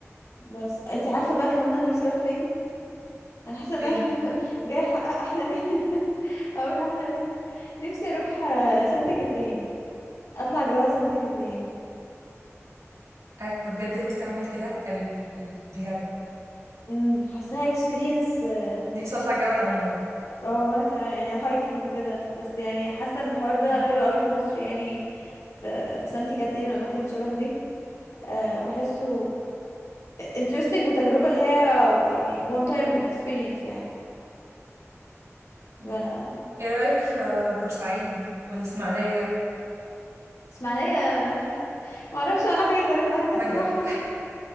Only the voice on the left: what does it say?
بس انت عارفه بقى كمان انا نفسي اروح فين انا حاسه ان
انا <laughs> جاي احقق احلامين <laughs> اقول احلامين نفسي اروح آه، سانت كاترين اطلع جبل سانت كاترين
امم حاساها اكسبيرينس اه
آه، وانا كمان يعني هايكنج وكده بس يعني حاسه ان الحوار ده
حلو قوي في مصر يعني في في سانتي كاترين والاماكن شبه دي آه، بحسه interesting وتجربة اللي هي يعني one time experience يعني
ف
اسماعيلية <laughs> ما اعرفش انا حاجة غير المانجا
الصراحة